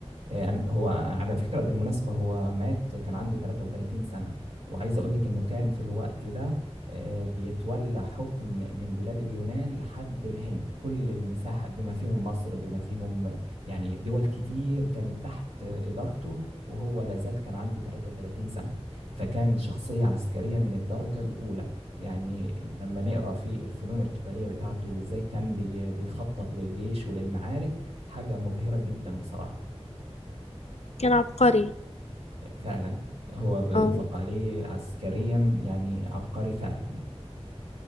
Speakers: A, on the right; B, on the left.
A: آه، هو على فكرة بالمناسبة هو مات كان عنده 33 سنة وعايز أقول لك إنه كان في الوقت ده آه، بيتولى حكم من بلاد اليونان لحد الهند كل المساحة بما فيهم مصر بما فيهم يعني دول كتير كانت تحت آه، إدارته وهو لازال كان عنده 33 سنة فكان شخصية عسكرية من الدرجة الأولى يعني لما نقرأ في الفنون القتالية بتاعته وإزاي كان بي- بيخطط للجيش وللمعارك حاجة مبهرة جدا بصراحة
B: كان عبقري
A: فعلا هو بيطلق
B: اه
A: عليه عسكريا يعني عبقري فعلا يعني